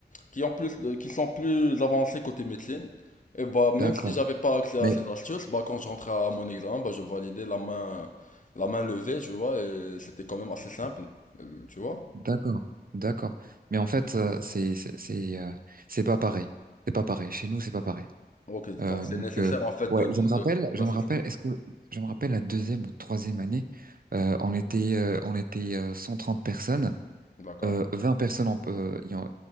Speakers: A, on the left; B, on the right.
A: qui ont plus de, qui sont plus avancés côté médecine. Et bah, même
B: D'accord.
A: si j'avais pas accès à
B: Mais
A: ces astuces, bah, quand je rentrais à mon examen, bah, je validais la main, la main levée, tu vois, et c'était quand même assez simple, euh, tu vois.
B: d'accord, d'accord. Mais en fait, euh, c'est c'est c'est euh, c'est pas pareil. C'est pas pareil. Chez nous, c'est pas pareil.
A: OK,
B: Euh,
A: donc c'est
B: donc
A: nécessaire
B: euh,
A: en fait
B: ouais,
A: de de
B: je me rappelle,
A: de
B: je
A: d'assister.
B: me rappelle. Est-ce que je me rappelle la deuxième ou troisième année, euh, on était euh, on était euh, 130 personnes.
A: D'accord.
B: Euh, 20 personnes en, euh, y en,